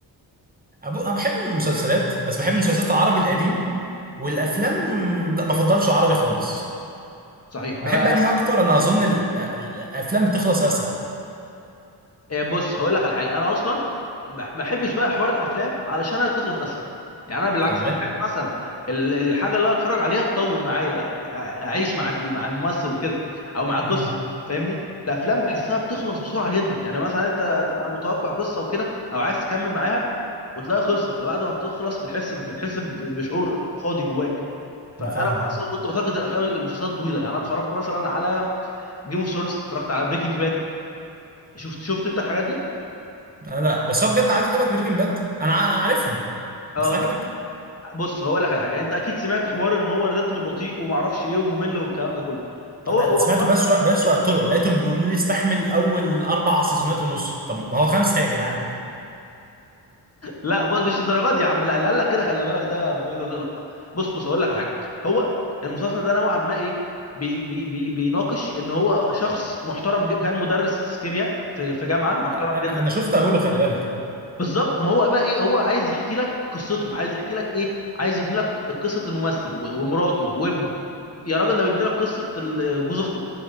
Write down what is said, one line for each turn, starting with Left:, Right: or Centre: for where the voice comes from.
Right: أبو... انا بحب المسلسلات بس بحب المسلسلات العربي القديم والافلام لا بفضلش العربي خالص
Left: صحيح
Right: بحب
Left: انا
Right: انهي اكتر انا اظن ال- ال- الافلام بتخلص اسرع
Left: إيه، بص هقول لك على حاجه انا اصلا بح- ما بحبش بقى حوار الافلام علشان هي تخلص اسرع يعني انا بالعكس
Right: الله
Left: انا احب مثلا ال- الحاجه اللي أنا اتفرج عليها تطول معايا أع- اعيش مع ال- مع الممثل وكده او مع القصه
Right: امم
Left: فاهمني الافلام بحسها بتخلص بسرعه جدا يعني مثلا انت تبقى متوقع قصه وكده او عايز تكمل معاها وتلاقيها خلصت فبعد ما بتخلص بتحس بتحس ب- بشعور فاضي جواك فانا
Right: انا فاهمك
Left: كو- اصلا كنت بتارجت الافلام المسلسلات الطويله يعني انا اتفرجت مثلا على جيم اوف ثرونز اتفرجت على بريكنج باد شفت شفت انت الحاجات دي
Right: انا لا بس هو بجد عجبك بريكنج باد انا ع- انا عارفهم
Left: اه
Right: بس عجبك
Left: بص هقول لك على حاجه انت اكيد سمعت حوار ان هو الريتم بطيء وما اعرفش ايه وممل والكلام ده كله هو
Right: انا
Left: هو
Right: سمعته
Left: خالص
Right: بس و- بس وقت طرق لقيتهم بيقولوا لي استحمل اول اربع سيزونات ونص طب ما هو خمسه يا جدعان
Left: لا بص مش الدرجات دي يا عم لا اللي قال لك كده خلي بالك ده بيضللك بص بص هقول لك على حاجه هو المسلسل ده نوعا ما ايه بي بي بي بيناقش ان هو شخص محترم جد- كان مدرس كيمياء في في جامعه محترمه
Right: انا
Left: جدا
Right: أنا شفت اوله خلي بالك
Left: بالظبط ما هو بقى ايه هو عايز يحكي لك قصته عايز يحكي لك ايه عايز يبني لك قصه الممثل و- ومراته وابنه يا راجل ده بيبني لك قصه ال- جوز اخته